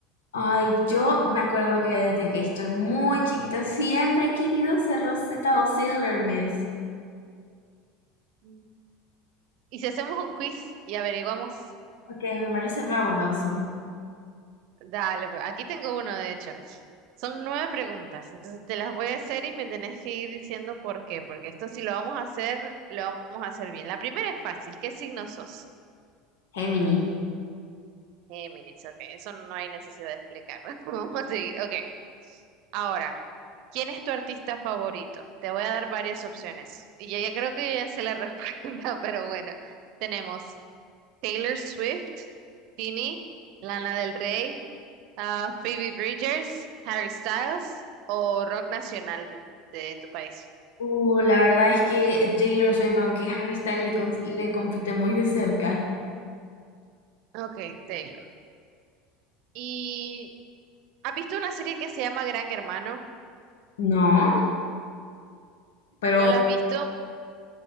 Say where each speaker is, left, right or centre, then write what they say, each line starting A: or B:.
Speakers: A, on the left; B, on the right.
A: Ay, yo me acuerdo que desde que estoy muy chiquita siempre he querido ser Rosetta o Silvermist.
B: Mm. ¿Y si hacemos un quiz y averiguamos?
A: Ok, me parece fabuloso.
B: Dale, pe- aquí tengo uno, de hecho. Son nueve preguntas, entonces te las voy a hacer y me tenés que ir diciendo por qué, porque esto si lo vamos a hacer, lo vamos a hacer bien. La primera es fácil, ¿qué signo sos?
A: Gemini.
B: Géminis, ok, eso no hay necesidad de explicar. <laughs> Vamos a seguir, ok. Ahora, ¿quién es tu artista favorito? Te voy a dar varias opciones y ya, ya creo que ya sé la <laughs> respuesta, pero bueno, tenemos Taylor Swift, Tini, Lana del Rey. Ah, Phoebe Bridgers, Harry Styles o rock nacional de, de tu país.
A: Uh, la verdad es que Taylor Swift, aunque Harry Styles le, con- le compite muy de cerca.
B: Ok, Taylor. ¿Y has visto una serie que se llama Gran Hermano?
A: No, pero
B: ¿No la has visto?